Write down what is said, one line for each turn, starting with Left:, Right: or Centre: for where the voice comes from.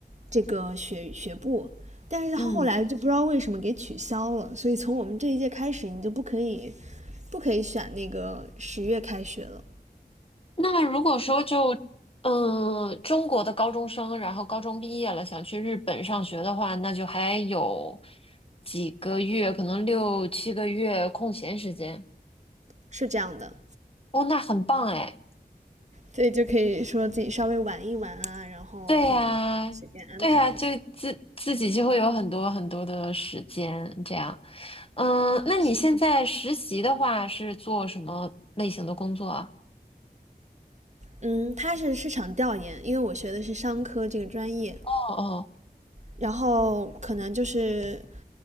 Right: 这个学学部，但是他后来就不知道为什么给取消了，
Left: 嗯，
Right: 所以从我们这一届开始，你就不可以不可以选那个十月开学了，
Left: 那如果说就，嗯、中国的高中生，然后高中毕业了，想去日本上学的话，那就还有几个月，可能六七个月空闲时间。
Right: 是这样的，
Left: 哦，那很棒哎！
Right: 所以就可以说自己稍微玩一玩啊，然后可能随便安排一下。
Left: 对呀，对呀，就自自己就会有很多很多的时间这样。嗯，那你现在实习的话是做什么类型的工作啊？
Right: 是的，嗯，他是市场调研，因为我学的是商科这个专业，
Left: 哦哦
Right: 然后可能就是